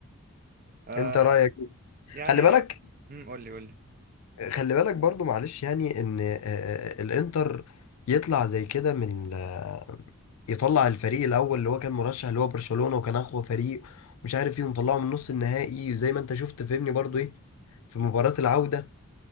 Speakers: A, on the right; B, on the left.
A: أه
B: انت رايك إيه؟
A: يعني
B: خلي بالك
A: امم، قول لي قول لي
B: خلي بالك برضو معلش يعني ان آه، آه، الانتر يطلع زي كده من آه، يطلع الفريق الاول اللي هو كان مرشح اللي هو برشلونة وكان اقوى فريق ومش عارف ايه ومطلعه من نص النهائي وزي ما انت شفت فهمني برضو ايه في مباراة العودة